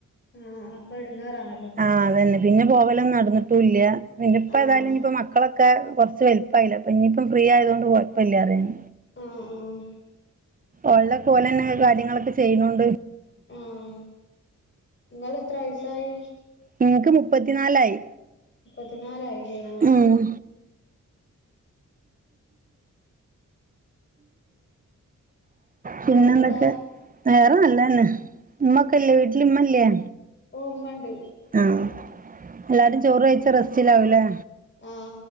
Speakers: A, on the left; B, on the right.
A: ആഹ് അപ്പൊ എടങ്ങേറാണ
B: ആഹ് അതന്നെ പിന്നെ പോവലൊന്നും നടന്നിട്ടുംല്ല പിന്ന ഇപ്പ
A: ആഹ്
B: തായാലും ഇപ്പ മക്കളൊെ ക്ക കുറച്ച് വെലുപ്പായിയില്ല അപ്പ ഇനിയിപ്പം ഫ്രീ ആയത കൊണ്ട് കുഴപ്പമ ഇല്ല അറിയാണ്
A: ആഹ ആഹ
B: ഓൻതൊക്കെ ഓൽ തന്നെെ കാര്യങ്ങളൊക്കെ ചെയ്യുന്നുണ്ട്
A: ആഹ നിങ്ങൾക്ക് എത്ര വയസായി
B: നിങ്ങക്ക് മുപ്പത്തിനാലായി
A: പതിനാാലായിലെ
B: ഉം പിന്നെ
A: വേറെന്താ
B: എന്തൊക്കെ വേറെ നല്ലന്നെ മമ്മക്കല്ല വീട്ടലിമ്മല്ലയാ
A: ഒ ാമ്മണ്ട്
B: ആഹ എല്ലാരും ചോറ് കഴിച്ച റസ്റ്റിലാവൂലേ
A: ആഹ